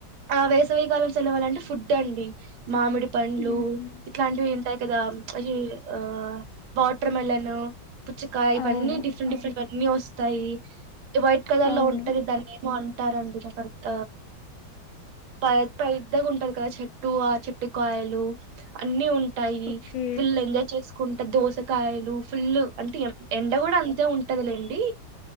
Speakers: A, on the right; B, on the left.
A: ఆ వేసవికాలం సెలవులంటే ఫుడ్ అండి మామిడి పండ్లు
B: ఉమ్
A: ఇట్లాంటివి ఉంటాయి కదా ఈ ఆ వాటర్ మీలన్ పుచ్చకాయ ఇవన్నీ
B: అవును
A: డిఫరెంట్ డిఫరెంట్ అన్ని వస్తాయి వైట్ కలర్
B: అవును
A: లో ఉంటది దాన్ని ఏమో అం టారండి నాకు అంత ప పెద్దగా ఉంటది కదా చెట్టు ఆ చెట్టుకాయలు అన్ని ఉం టాయి
B: ఓకే
A: ఫుల్ ఎంజాయ్ చేసుకుంటా దోసకాయలు ఫుల్ అంటే ఎం ఎండ కూడా అంతే ఉం టది లేండి